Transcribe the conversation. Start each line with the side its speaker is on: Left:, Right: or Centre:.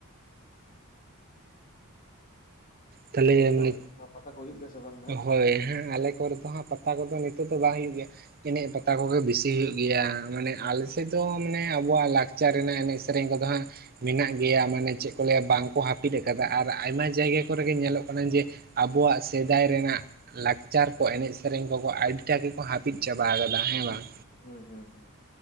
Right: ᱛᱟᱦᱚᱞᱮ
Left: ᱛᱚ ᱟᱯᱮ
Right: ᱢᱟᱱᱮ
Left: ᱥᱮᱫ ᱯᱟᱛᱟ ᱠᱚ ᱦᱩᱭᱩᱜ ᱜᱮᱭᱟ ᱥᱮ ᱵᱟᱝ ᱱᱟᱜ
Right: ᱦᱳᱭ ᱦᱮᱸ ᱟᱞᱮ ᱠᱚᱨᱮ ᱫᱚ ᱦᱟᱸᱜ ᱯᱟᱛᱟᱷᱟ ᱠᱚᱫᱚ ᱱᱤᱛᱳᱜ ᱫᱚ ᱵᱟᱝ ᱦᱩᱭᱩᱜ ᱜᱮᱭᱟ ᱮᱱᱮᱡ ᱯᱟᱛᱟ ᱠᱚᱜᱮ ᱵᱮᱥᱤ ᱦᱩᱭᱩᱜ ᱜᱮᱭᱟ ᱢᱟᱱᱮ ᱟᱞ ᱥᱮᱫ ᱫᱚ ᱢᱟᱱᱮ ᱟᱵᱚᱣᱟᱜ ᱞᱟᱠ ᱪᱟᱨ ᱨᱮᱱᱟᱜ ᱮᱱᱮᱡ ᱥᱮᱨᱮᱧ ᱠᱚᱫᱚ ᱦᱟᱸᱜ ᱢᱮᱱᱟᱜ ᱜᱮᱭᱟ ᱢᱟᱱᱮ ᱪᱮᱫ ᱠᱚ ᱞᱟᱹᱭᱟ ᱵᱟᱝᱠᱚ ᱦᱟᱹᱯᱤᱫ ᱠᱟᱫᱟ ᱟᱨ ᱟᱭᱢᱟ ᱡᱟᱭᱜᱟ ᱠᱚᱨᱮᱜᱮ ᱧᱮᱞᱚᱜ ᱠᱟᱱᱟ ᱡᱮ ᱟᱵᱚᱣᱟᱜ ᱥᱮ ᱥᱮᱫᱟᱭ ᱨᱮᱱᱟᱜ ᱞᱟᱠᱪᱟᱨ ᱠᱚ ᱮᱱᱮᱡ ᱥᱮᱨᱮᱧ ᱠᱚᱠᱚ ᱟᱹᱰᱤᱴᱟ ᱜᱮᱠᱚ ᱦᱟᱹᱯᱤᱫ ᱪᱟᱵᱟ ᱟᱠᱟᱫᱟ ᱦᱮᱸ ᱵᱟᱝ
Left: ᱦᱩᱸ ᱦᱩᱸ ᱦᱩᱸ